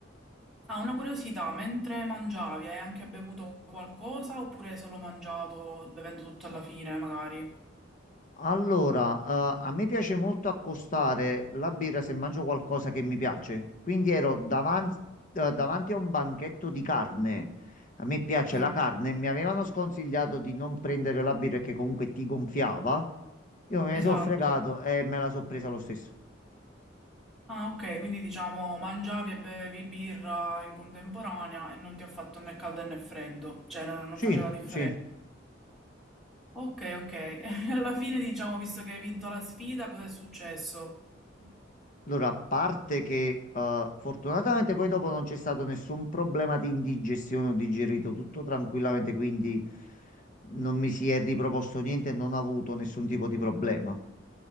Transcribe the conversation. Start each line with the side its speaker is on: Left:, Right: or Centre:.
Centre: Ah, una curiosità, mentre mangiavi hai anche bevuto qualcosa oppure hai solo mangiato bevendo tutto alla fine, magari?
Left: Allora, eh, a me piace molto accostare la birra se mangio qualcosa che mi piace. Quindi ero davanti, eh, davanti a un banchetto di carne. A me piace
Centre: Sì,
Left: la carne. Mi avevano sconsigliato di non prendere la birra che comunque ti gonfiava. Io me
Centre: esatto.
Left: ne sono fregato e me la sono presa lo stesso.
Centre: Ah, ok, quindi diciamo mangiavi e bevi birra in contemporanea e non ti ha fatto né caldo né freddo, cioè non, non
Left: Sì,
Centre: faceva differenza.
Left: sì.
Centre: Okay, okay. <laughs> Alla fine diciamo, visto che hai vinto la sfida, cos'è successo?
Left: Allora, a parte che eh, fortunatamente poi dopo non c'è stato nessun problema di indigestione, ho digerito tutto tranquillamente, quindi non mi si è riproposto niente e non ho avuto nessun tipo di problema.